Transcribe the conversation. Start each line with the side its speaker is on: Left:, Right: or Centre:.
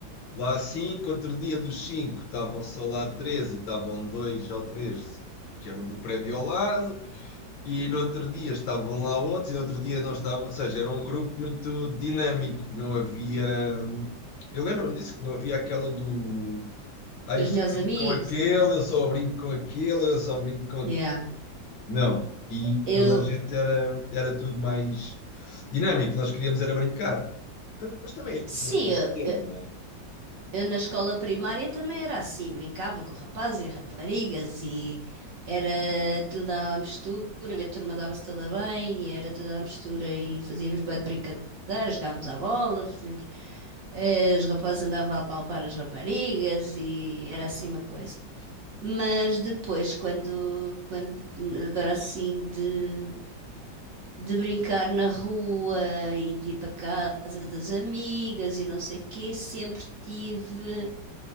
Left: lá cinco, outro dia dos cinco estavam só lá três e estavam dois ou três que eram do prédio ao lado. E no outro dia estavam lá outros, e no outro dia não estavam, ou seja, era um grupo muito dinâmico, não havia. Eu lembro-me disso, que não havia aquela do. Ah,
Right: dos
Left: eu só
Right: meus
Left: brinco
Right: amigos
Left: com aquele,
Right: e tudo.
Left: eu só brinco com aquele, eu só brinco com aquele.
Right: Yeah.
Left: Não. E
Right: Eu,
Left: toda a gente era, era tudo mais dinâmico, nós queríamos era brincar. Mas também é
Right: sim,
Left: outro outro
Right: eu,
Left: tempo, não é?
Right: Eu na escola primária também era assim, brincava com rapazes e raparigas e era tudo à mistura, e a turma dava-se toda bem, e era tudo à mistura e fazíamos bué de brincadeiras, jogávamos à bola, fazíamos, eh, os rapazes andavam a palpar as raparigas e era assim uma coisa. Mas depois, quando, quando agora assim de, de brincar na rua e de ir para casa das amigas e não sei o quê, sempre tive